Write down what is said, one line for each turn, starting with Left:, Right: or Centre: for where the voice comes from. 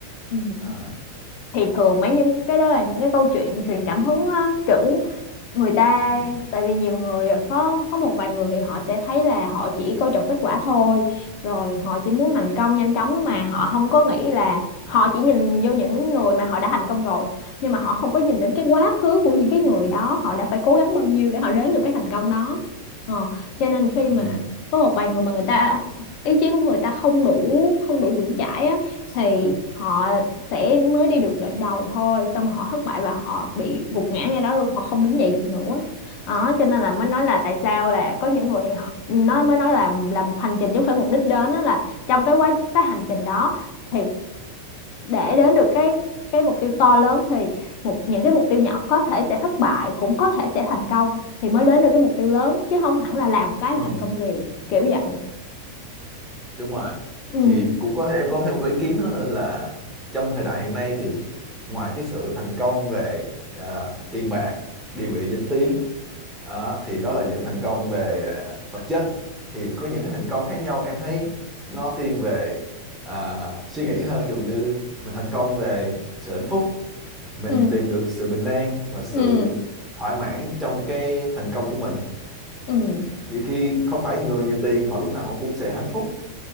Left: ừ
Centre: à,
Left: thì thường mấy những cái đó là những cái câu chuyện truyền cảm hứng á, kiểu người ta
Centre: ừ,
Left: tại vì nhiều người có có một vài người thì họ sẽ thấy là họ chỉ coi trọng kết quả thôi rồi họ chỉ muốn thành công nhanh chóng mà họ không có nghĩ là họ chỉ nhìn vô những người mà họ đã thành công rồi nhưng mà họ không có nhìn đến cái quá khứ của những cái người đó họ đã phải cố gắng bao nhiêu để họ đến được cái thành công đó ờ, cho nên khi
Centre: ừ,
Left: mà có một vài người mà người ta ý chí của người ta không đủ không đủ vững chãi á thì họ sẽ mới đi được đoạn đầu thôi xong rồi họ thất bại và họ bị gục ngã ra đó luôn họ không đứng dậy được nữa đó cho nên là mới nói là tại sao là có những người thì họ nó mới nói là làm một hành trình chứ không phải mục đích đến đó là trong cái quá cái hành trình đó thì để đến được cái cái mục tiêu to lớn thì một những cái mục tiêu nhỏ có thể sẽ thất bại cũng có thể sẽ thành công thì mới đến được cái mục tiêu lớn chứ không hẳn là làm một cái
Centre: ừ.
Left: là thành công liền kiểu vậy
Centre: đúng rồi
Left: ừ
Centre: thì cũng có em có thêm một cái ý kiến nữa nữa là trong thời đại hiện nay thì ngoài cái sự thành công về à, tiền bạc địa vị danh tiếng à, thì đó là những thành công về à, vật chất thì có những cái thành công khác nhau em thấy nó thiên về à, suy nghĩ hơn giống như mình thành công về sự hạnh phúc mình
Left: ừ
Centre: tìm được sự bình an và sự
Left: ừ
Centre: thỏa mãn trong cái thành công của mình
Left: ừ
Centre: nhiều khi không phải người nhiều tiền họ lúc nào họ cũng sẽ hạnh phúc